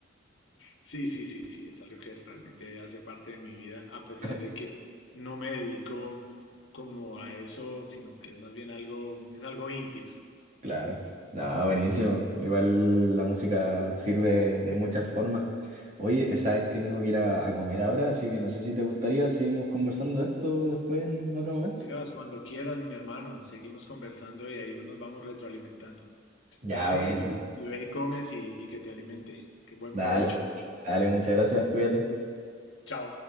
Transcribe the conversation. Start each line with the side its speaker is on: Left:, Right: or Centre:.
Left: Sí, sí, sí, sí, es algo que realmente hace parte de mi vida, a pesar
Right: <laughs>
Left: de que no me dedico como a eso, sino que es más bien algo, es algo íntimo.
Right: Claro.
Left: es algo
Right: No,
Left: íntimo.
Right: buenísimo. Igual la música sirve de muchas formas. Oye, eh, sabes que tengo que ir a, a comer ahora, así que no sé si te gustaría, seguimos conversando de esto después en otro momento.
Left: Sebas, cuando quieras, mi hermano, seguimos conversando y ahí nos vamos retroalimentando.
Right: Ya,
Left: Dale
Right: buenísimo.
Left: y, y ve y comes y, y que te alimente. Que buen
Right: Dale,
Left: provecho.
Right: dale, muchas gracias, cuídate.
Left: Chao.